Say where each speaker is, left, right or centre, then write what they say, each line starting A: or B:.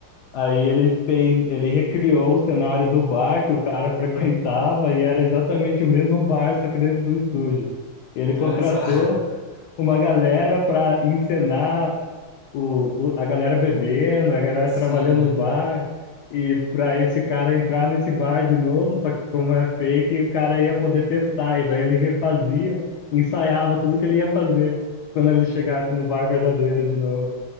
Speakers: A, on the left (about 85°); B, on the left (about 50°).
A: Aí ele fez, ele recriou o cenário do bar que o cara <laughs> frequentava e era exatamente o mesmo bar, só que dentro do estúdio. Ele contratou
B: Olha só. <laughs>
A: uma galera pra encenar o, o- a galera bebendo, a galera
B: Sim,
A: trabalhando no bar, e para esse cara entrar nesse bar de novo, só que como é fake, o cara ia poder testar, e daí ele refazia, ensaiava tudo que ele ia fazer quando ele chegasse no bar verdadeiro de novo.